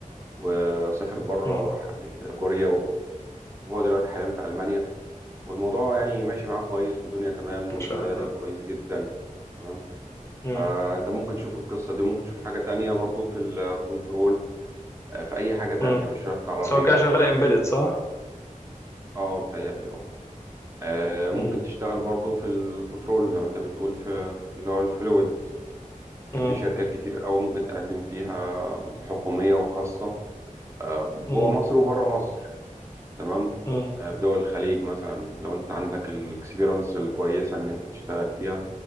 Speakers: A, on the right; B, on the left.
A: وسافر بره
B: امم
A: راح قبل كده كوريا و- وهو دلوقتي حاليا في ألمانيا والموضوع يعني ماشي معاه كويس والدنيا تمام والسالري
B: ما شاء الله
A: كويس جدا تمام
B: امم
A: فأنت ممكن تشوف القصة دي ممكن تشوف حاجة تانية برضو في الكنترول آه، في أي حاجة تانية
B: امم
A: مش شرط عربيات
B: سواء كده شغال امبيدد صح
A: اه بتهيألي اه آه،
B: امم
A: ممكن تشتغل برضو في البترول زي ما انت بتقول في اللي هو الفلويد
B: امم
A: في شركات كتير أوي ممكن تقدم فيها حكومية وخاصة آه، جوه
B: امم
A: مصر وبره مصر تمام
B: امم
A: آه، بدول الخليج مثلا لو انت عندك الاكسبيرنس الكويسه ان انت تشتغل فيها